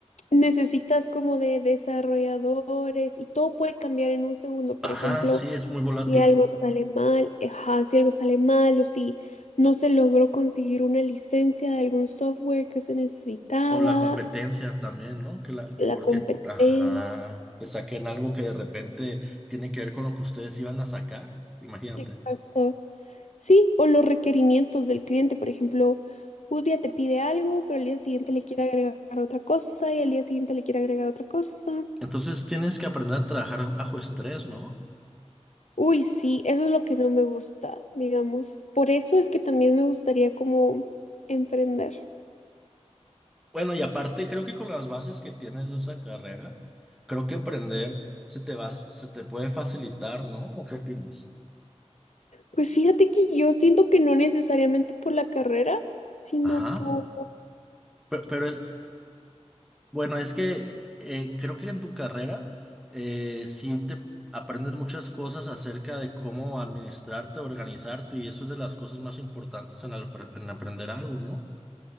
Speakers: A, on the left; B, in the centre.
A: necesitas como de desarrolladores y todo puede cambiar en un segundo. Por
B: Ajá,
A: ejemplo,
B: sí, es muy volátil.
A: Si algo sale mal, ajá, si algo sale mal o si no se logró conseguir una licencia de algún software que se necesitaba,
B: O la competencia también, ¿no? Que la,
A: la
B: porque,
A: competencia,
B: ajá, que saquen algo que de repente tiene que ver con lo que ustedes iban a sacar, imagínate.
A: exacto. Sí, o los requerimientos del cliente, por ejemplo, un día te pide algo, pero al día siguiente le quiere agregar otra cosa y al día siguiente le quiere agregar otra cosa.
B: Entonces tienes que aprender a trabajar bajo estrés, ¿no?
A: Uy, sí, eso es lo que no me gusta, digamos. Por eso es que también me gustaría como emprender.
B: Bueno, y aparte creo que con las bases que tienes de esa carrera, creo que aprender se te va, se te puede facilitar, ¿no? ¿O qué opinas?
A: Pues fíjate que yo siento que no necesariamente por la carrera, sino
B: Ajá.
A: por...
B: Pe- Pero, es- Bueno, es que eh, creo que en tu carrera eh, sí te aprendes muchas cosas acerca de cómo administrarte, organizarte, y eso es de las cosas más importantes en, al- en aprender algo, ¿no?